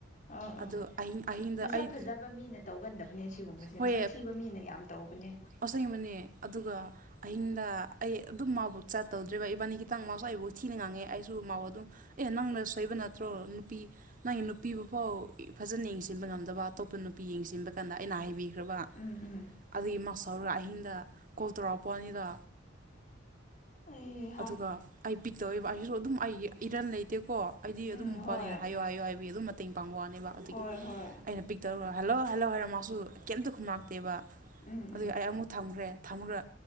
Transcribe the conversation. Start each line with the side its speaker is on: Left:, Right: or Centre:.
Left: ꯑꯥ ꯑꯥ
Right: ꯑꯗꯨ ꯑꯍꯤꯡ ꯑꯍꯤꯡꯗ
Left: ꯃꯁꯛ
Right: ꯑꯩ
Left: ꯐꯖꯕ ꯃꯤꯅ ꯇꯧꯒꯟꯗꯕꯅꯦ ꯁꯤꯒꯨꯝꯕꯁꯦ
Right: ꯍꯣꯏ
Left: ꯃꯁꯛ ꯊꯤꯕ ꯃꯤꯅ ꯌꯥꯝ ꯇꯧꯕꯅꯤ꯫
Right: ꯑꯁꯦꯡꯕꯅꯦ ꯑꯗꯨꯒ ꯑꯍꯤꯡꯗ ꯑꯩ ꯑꯗꯨꯝ ꯃꯥꯕꯨ ꯆꯥꯠꯇꯧꯗ꯭ꯔꯤꯕ ꯏꯕꯥꯅꯤ ꯈꯤꯇꯪ ꯃꯥꯁꯨ ꯑꯩꯕꯨ ꯊꯤꯅ ꯉꯥꯡꯉꯦ ꯑꯩꯁꯨ ꯃꯥꯕꯨ ꯑꯗꯨꯝ ꯑꯦ ꯅꯪꯅ ꯁꯣꯏꯕ ꯅꯠꯇ꯭ꯔꯣ ꯅꯨꯄꯤ ꯫ ꯅꯪꯒꯤ ꯅꯨꯄꯤꯕꯨ ꯐꯥꯎ ꯐꯖꯅ ꯌꯦꯡꯁꯤꯟꯕ ꯉꯝꯗꯕ ꯑꯇꯣꯞꯄ ꯅꯨꯄꯤ ꯌꯦꯡꯁꯤꯟꯕ ꯀꯥꯟꯗ ꯑꯩꯅ ꯍꯥꯏꯕꯤꯈ꯭ꯔꯕ ꯫
Left: ꯎꯝ ꯎꯝ
Right: ꯑꯗꯨꯒꯤ ꯃꯥꯁꯧꯔꯒ ꯑꯍꯤꯡꯗ ꯀꯣꯜ ꯇꯧꯔꯛꯑ ꯄꯣꯠ ꯑꯅꯤꯗꯣ
Left: ꯑꯩ ꯍꯥ
Right: ꯑꯗꯨꯒ ꯑꯩ ꯄꯤꯛꯛꯇꯧꯦꯕ ꯑꯩꯁꯨ ꯑꯗꯨꯝ ꯑꯩ ꯏꯔꯟ ꯂꯩꯇꯦꯀꯣ ꯑꯩꯗꯤ
Left: ꯎꯝ
Right: ꯑꯗꯨꯝ ꯃꯄꯥꯅꯤꯅ
Left: ꯍꯣꯏ
Right: ꯍꯥꯏꯌꯣ ꯍꯥꯏꯌꯣ ꯍꯥꯏꯕꯤ ꯑꯗꯨꯝ ꯃꯇꯦꯡ ꯄꯥꯡꯕ ꯋꯥꯅꯦꯕ ꯑꯗꯨꯒꯤ
Left: ꯍꯣꯏ ꯍꯣꯏ
Right: ꯑꯩꯅ ꯄꯤꯛ ꯇꯧꯔ ꯍꯂꯣ ꯍꯂꯣ ꯍꯥꯏꯔꯣ ꯃꯥꯁꯨ ꯀꯩꯝꯇ ꯈꯨꯝꯂꯥꯛꯇꯦꯕ
Left: ꯎꯝ ꯎꯝ
Right: ꯑꯩ ꯑꯃꯨꯛ ꯊꯝꯈ꯭ꯔꯦ ꯊꯝꯈ꯭ꯔꯦ